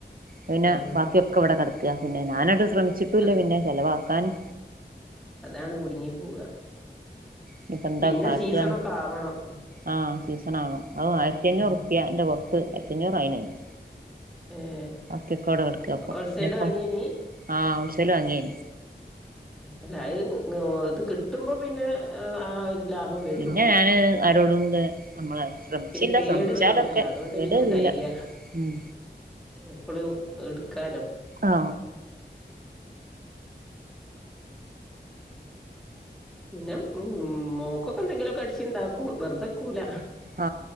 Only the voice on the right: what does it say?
പിന്നെ
ബാക്കിയ ഒക്കെ ഇവിടെ കിടക്കും പിന്നെ ഞാനായിട്ട് ശ്രമിച്ചിട്ടൂല്ല
പിന്നെ ചെലവാക്കാാന്
ഇനിയിപ്പ എന്താ
കാട്ടാന്ന്
ആഹ് സീസണ ആണോ അത് ആയിരത്തി അഞ്ഞൂറപ്യ
എന്റെ പുറത്ത് ആയിരത്തി അഞ്ഞൂറ ആയിനന്
ആക്കിക്കോട കടക്ക അപ്പൊ
പിന്നെപ്പ
ആഹ ഉളിച്ചല് വാങ്ങിയന
പിന്നെ ഞാന് ആരോടുംണ്ട് നമ്മള് ശ്രമിച്ചില്ല
ശ്രമിച്ചാലൊക്കെ
കേടരില
ഉം
ആ
ആ